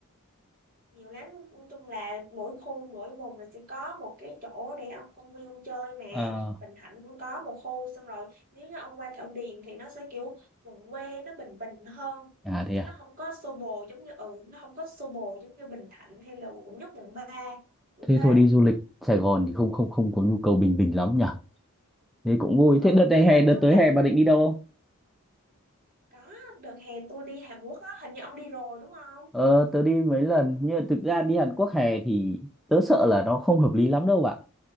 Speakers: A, on the right; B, in the centre.
A: nhiều lắm nói chung là mỗi khu mỗi vùng là sẽ có một cái chỗ để ông công viên ông chơi mà
B: à
A: Bình Thạnh cũng có một khu xong rồi nếu như ông qua Thảo Điền thì nó sẽ kiểu vùng quê nó bình bình hơn
B: à thế
A: chứ
B: à
A: nó không có xô bồ giống như ừ nó không có xô bồ giống như Bình Thạnh hay là quận nhất quận ba cũng
B: thế
A: thế
B: thôi đi du lịch Sài Gòn thì không không không có nhu cầu bình bình lắm nhỉ thế cũng vui
A: ừ
B: thế đợt này
A: thì
B: hè
A: nói
B: đợt
A: chung
B: tới
A: là
B: hè bà định đi đâu không
A: có đợt hè tôi đi Hàn Quốc á hình như ông đi rồi đúng không
B: Ờ, tớ đi mấy lần nhưng mà thực ra đi Hàn Quốc hè thì tớ sợ là nó không hợp lý lắm đâu bạn